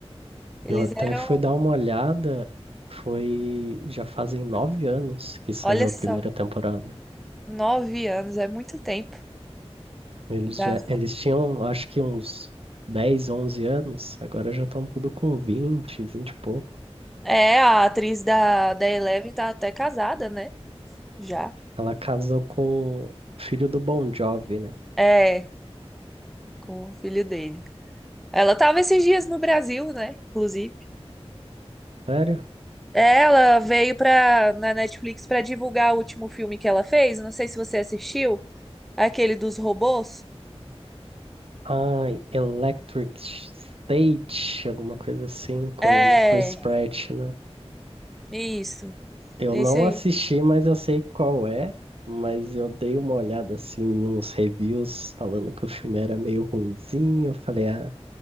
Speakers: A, in the centre; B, on the right (about 60°).
A: Eles
B: Eu até
A: eram,
B: fui dar uma olhada, foi já fazem nove anos que saiu
A: olha
B: a
A: só,
B: primeira temporada.
A: nove anos, é muito tempo.
B: Eles
A: Da...
B: já, eles tinham, acho que uns 10 11 anos, agora já estão tudo com vinte vinte e pouco.
A: É, a atriz da, da Eleven tá até casada, né? Já.
B: Ela casou com o filho do Bon Jovi, né?
A: É, com o filho dele. Ela tava esses dias no Brasil, né? Inclusive.
B: Sério?
A: Ela veio pra, na Netflix pra divulgar o último filme que ela fez. Não sei se você assistiu, aquele dos robôs.
B: Ai, Electric State, alguma coisa assim, com
A: É,
B: o Chris Pratt, né?
A: isso.
B: Eu
A: Esse
B: não
A: aí.
B: assisti, mas eu sei qual é. Mas eu dei uma olhada assim em uns reviews falando que o filme era meio ruinzinho. Eu falei, ah,